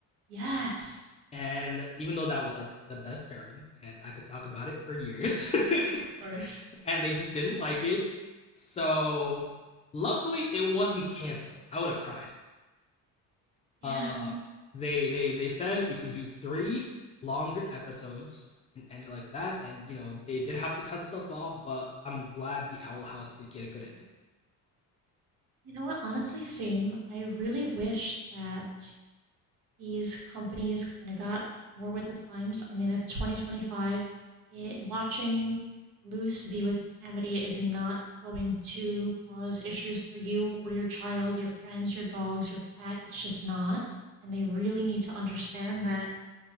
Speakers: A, on the right; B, on the left.
A: Yes.
B: and even though that was like the best pairing, and I could talk about it for years,
A: Of course.
B: <laughs> and they just didn't like it. So luckily, it wasn't canceled. I would have cried.
A: Yeah.
B: Uh, they they they said you can do three longer episodes and end it like that. And you know they did have to cut stuff off, but I'm glad the Owl House did get a good ending.
A: You know what? Honestly, same. I really wish that these companies kind of got more with the times. I mean, it's 2025. It watching Loose be with Amity is not going to cause issues for you or your child, your friends, your dogs, your cat. It's just not. And they really need to understand that